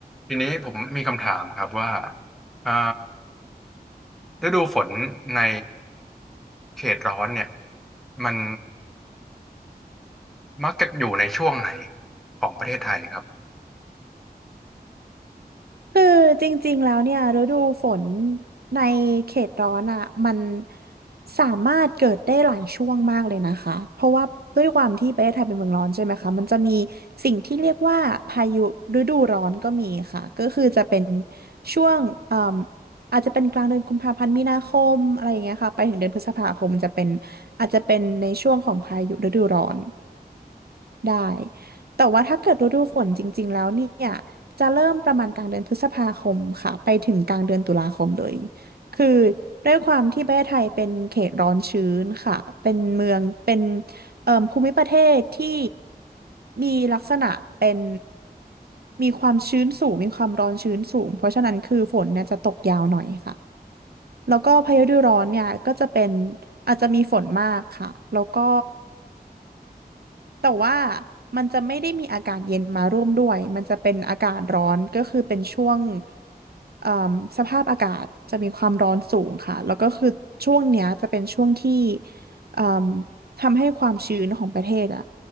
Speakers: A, in the centre; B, on the right (about 70°).
A: ทีนี้ผมมีคำถามครับว่าอ่า ฤดูฝนในเขตร้อนเนี่ยมันมักจะอยู่ในช่วงไหนของประเทศไทยครับ
B: คือจริงๆแล้วเนี่ยฤดูฝนในเขตร้อนอ่ะมันสามารถเกิดได้หลายช่วงมากเลยนะคะเพราะว่าด้วยความที่ประเทศไทยเป็นเมืองร้อนใช่ไหมคะมันจะมีสิ่งที่เรียกว่าพายุฤดูร้อนก็มีค่ะก็คือจะเป็นช่วงเอ่มอาจจะเป็นกลางเดือนกุมภาพันธ์มีนาคมอะไรอย่างเงี้ยค่ะไปถึงเดือนพฤษภาคมจะเป็นอาจจะเป็นในช่วงของพายุฤดูร้อน ได้แต่ว่าถ้าเกิดฤดูฝนจริงๆแล้วเนี่ยจะเริ่มประมาณกลางเดือนพฤษภาคมค่ะไปถึงกลางเดือนตุลาคมเลยคือด้วยความที่ประเทศไทยเป็นเขตร้อนชื้นค่ะเป็นเมืองเป็นเอ่อภูมิประเทศที่มีลักษณะเป็นมีความชื้นสูงมีความร้อนชื้นสูงเพราะฉะนั้นคือฝนเนี่ยจะตกยาวหน่อยค่ะแล้วก็พายุฤดูร้อนเนี่ยก็จะเป็นอาจจะมีฝนมากค่ะแล้วก็ แต่ว่ามันจะไม่ได้มีอากาศเย็นมาร่วมด้วย มันจะเป็นอากาศร้อน ก็คือเป็นช่วงเอ่อสภาพอากาศจะมีความร้อนสูงค่ะ แล้วก็คือช่วงเนี้ยจะเป็นช่วงที่เอ่อทำให้ความชื้นของประเทศอะ